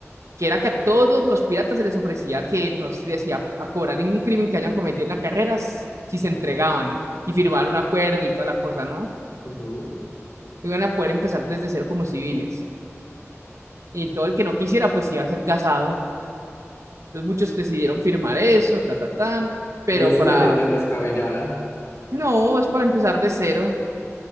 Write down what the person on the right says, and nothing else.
que era que a todos los piratas se les ofrecía que no se les iba a cobrar ningún crimen que hayan cometido en la carrera s- si se entregaban y firmaban un acuerdo y toda la cosa, ¿no?
Iban a poder empezar desde cero como civiles. Y todo el que no quisiera, pues iba a ser casado. Entonces muchos decidieron firmar eso, ta, ta, tan, pero
para
No, es para empezar de cero,